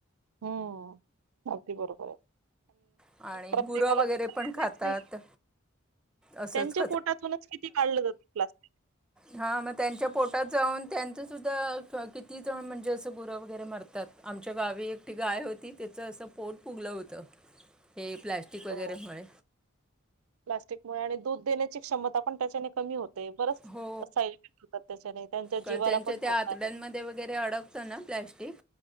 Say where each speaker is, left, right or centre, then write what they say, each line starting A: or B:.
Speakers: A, on the right (about 80°); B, in the centre.
A: हम्म अगदी बरोबर आहे.
B: आणि
A: प्रत्येकालाच
B: गुरं वगैरे पण खातात
A: नाही.
B: असंच
A: त्यांच्या पोटातूनच किती काढलं जातं प्लास्टिक.
B: हा मग त्यांच्या पोटात जाऊन त्यांच. सुद्धा किती जण म्हणजे असं गुरं वगैरे मरतात आमच्या गावी एकटी गाय होती त्याच असं. पोट पुगलं होत हे प्लस्टिक वगैरे
A: हो.
B: मु.
A: प्लास्टिकमुळे आणि दूध देण्याची क्षमता पण त्याच्याने कमी होते. बरच
B: हो
A: साईड इफेक्ट होतात त्याच्याने त्यांच्या
B: कारण
A: जीवाला
B: त्यांच्या
A: पण
B: त्या
A: धोका
B: आतड्यांमध्ये
A: आहे.
B: वगैरे अडकतं ना प्लॅस्टिक.